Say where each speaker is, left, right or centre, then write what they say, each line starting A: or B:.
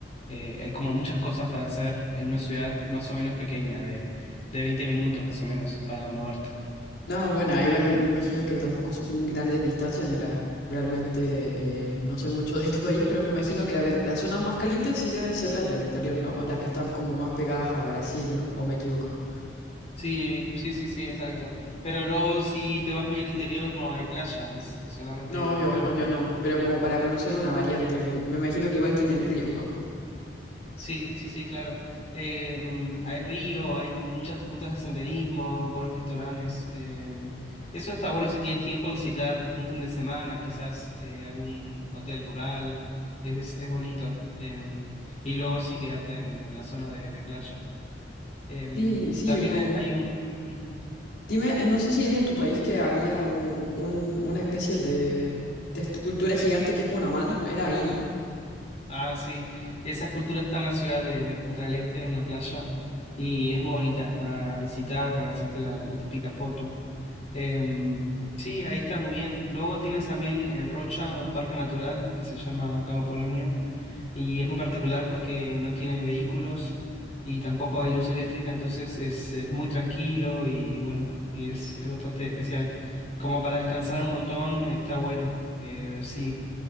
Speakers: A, on the left (about 40°); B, on the left (about 65°).
A: Eh, hay como muchas cosas para hacer en una ciudad más o menos pequeña, de, de 20 minutos más o menos, para moverte.
B: No, bueno, igual me imagino que tampoco son grandes distancias. Mira, realmente eh, no sé mucho de tu país, pero me imagino que, a ver, las zonas más calientes sí deben ser las del interior, ¿no? O las que están como más pegadas a Brasil, ¿no? ¿O me equivoco?
A: Sí, sí, sí, sí, exacto. Pero luego si te vas muy al interior no hay playa, es, es solamente
B: No, obvio,
A: el campo.
B: obvio no, pero como para conocer una variante, como- me imagino que igual tienen ríos, ¿no?
A: Sí, sí, sí, claro. Eh, mm, hay río, hay muchas rutas de senderismo, buenos restaurantes. eh, eso está bueno si tienes tiempo de visitar un fin de semana, quizás eh, algún hotel rural. Es, es bonito. eh, y luego sí quedarte en, en la zona de, de playa. Eh,
B: Sí, sí,
A: también
B: no.
A: hay hay un... ujú.
B: Dime, no sé si es en tu país que había un- un- una especie de, de escultura gigante que es una mano, era ahí, ¿no?
A: Ah, sí. Esa escultura está en la ciudad de, de Punta del Este, en la playa, y es muy bonita para visitar, para hacerte la, la típica foto. Em, sí, ahí está muy bien. Luego tienes también en Rocha un parque natural que se llama Cabo Polonio, y es muy particular porque no tiene vehículos y tampoco hay luz eléctrica, entonces es, es muy tranquilo y bueno, y es, es bastante especial. Como para descansar un montón, está bueno. Eh, sí.